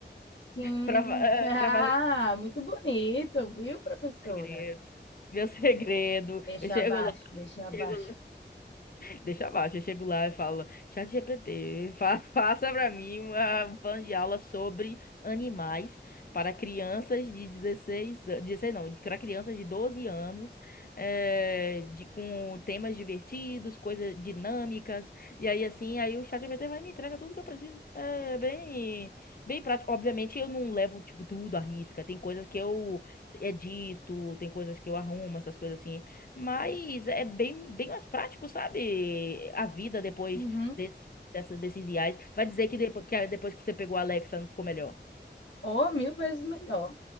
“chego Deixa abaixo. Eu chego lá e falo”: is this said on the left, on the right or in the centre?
Left